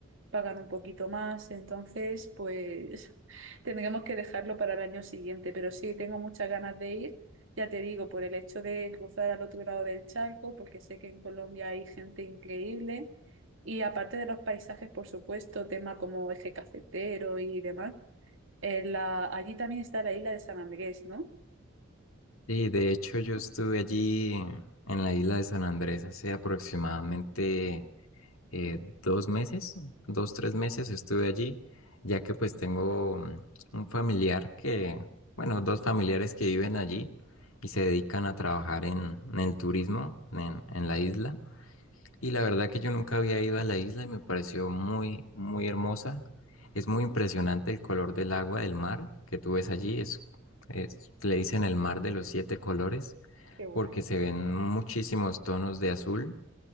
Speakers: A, on the right; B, on the left.
A: pagan un poquito más, entonces pues <laughs> tendremos que dejarlo para el año siguiente, pero sí, tengo muchas ganas de ir, ya te digo, por el hecho de cruzar al otro lado del charco, porque sé que en Colombia hay gente increíble. Y aparte de los paisajes, por supuesto, tema como eje cafetero y demás eh, la- allí también está la isla de San Andrés, ¿no?
B: Y de hecho yo estuve allí en la isla de San Andrés hace aproximadamente eh, dos meses, dos, tres meses estuve allí, ya que pues tengo mm, un familiar que, bueno, dos familiares que viven allí y se dedican a trabajar en, en el turismo en, en la isla. Y la verdad que yo nunca había ido a la isla y me pareció muy, muy hermosa. Es muy impresionante el color del agua del mar que tú ves allí. Es, es- le dicen el mar de los siete colores
A: Qué guay.
B: porque se ven muchísimos tonos de azul